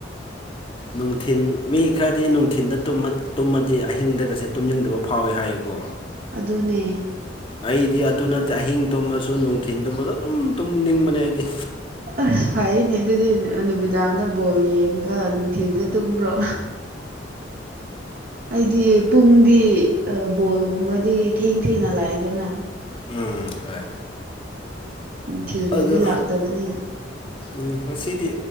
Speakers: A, on the left; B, on the right.
A: ꯅꯨꯡꯊꯤꯟ ꯃꯤ ꯈꯔꯗꯤ ꯅꯨꯡꯊꯤꯟꯗ ꯇꯨꯝꯃꯠ ꯇꯨꯝꯃꯗꯤ ꯑꯍꯤꯡꯗꯒꯁꯦ ꯇꯨꯝꯅꯤꯡꯗꯕ ꯐꯥꯎꯏ ꯍꯥꯏꯌꯦꯀꯣ
B: ꯑꯗꯨꯅꯦ
A: ꯑꯩꯗꯤ ꯑꯗꯨ ꯅꯠꯇꯦ ꯑꯍꯤꯡ ꯇꯨꯝꯃꯁꯨ ꯅꯨꯡꯊꯤꯟ ꯇꯨꯝꯃꯁꯨ ꯑꯗꯨꯝ ꯇꯨꯝꯅꯤꯡꯕꯅꯦ ꯑꯩꯗꯤ
B: ꯑ ꯐꯩꯌꯦꯅꯦ ꯑꯗꯨꯗꯤ ꯅꯨꯃꯤꯗꯥꯡꯗ ꯕꯣꯜ ꯌꯦꯡꯉꯒ ꯅꯨꯡ ꯊꯤꯜꯗ ꯇꯨꯝꯕ꯭ꯔꯣ ꯑꯩꯗꯤ ꯄꯨꯡꯗꯤ ꯕꯣꯜꯒꯨꯝꯕꯗꯤ ꯊꯦꯡ ꯊꯦꯡꯅ ꯂꯥꯛꯏꯗꯅ
A: ꯎꯝ ꯍꯣꯏ
B: ꯅꯨꯡꯊꯤꯜꯗꯗꯤ
A: ꯑꯗꯨ
B: ꯂꯥꯛꯇꯕꯅꯤꯅ
A: ꯎꯝ ꯉꯁꯤꯗꯤ